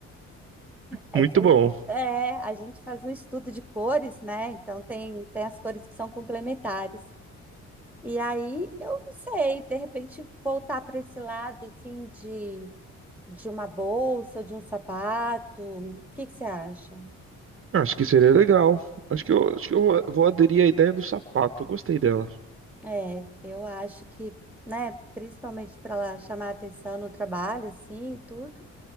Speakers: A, in the centre; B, on the right.
A: É,
B: Muito
A: ter-
B: bom.
A: é, a gente faz um estudo de cores, né? Então tem, tem as cores que são complementares. E aí eu não sei, de repente voltar para esse lado assim de, de uma bolsa, ou de um sapato. O que que você acha?
B: Acho que seria legal. Acho que eu, acho que eu vou vou aderir à ideia do sapato. Eu gostei dela.
A: É, eu acho que, né, principalmente para chamar atenção no trabalho, assim, e tudo,